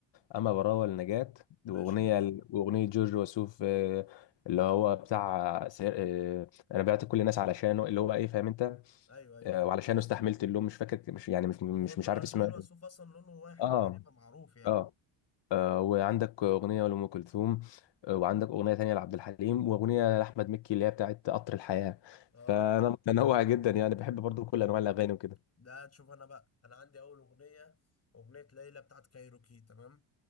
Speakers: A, on the left; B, on the left.
A: اما براوة لنجاة واغنيه
B: ماشي
A: واغنيه جورج وسوف آه، اللي هو بتاع سير... آه، انا بعت كل الناس علشانه اللي هو ايه فاهم انت
B: أيوه أيوه
A: آه، وعلشانه استحملت اللوم مش فاكر مش يعني مش مش
B: المهم
A: مش
B: آه،
A: عارف
B: جوجو
A: اسمها ايه
B: وسوف أصلا لونه واحد
A: اه
B: تقريبا معروف يعني
A: اه آه، وعندك اغنيه لام كلثوم آه، وعندك اغنيه تانية لعبد الحليم واغنيه لاحمد مكي اللي هي بتاعت قطر الحياه
B: آه
A: فانا متنوع جدا يعني بحب برضو كل انواع الاغاني وكده
B: ده تشوف انا بقى انا عندي اول اغنيه اغنيه ليلى بتاعت كايروكي تمام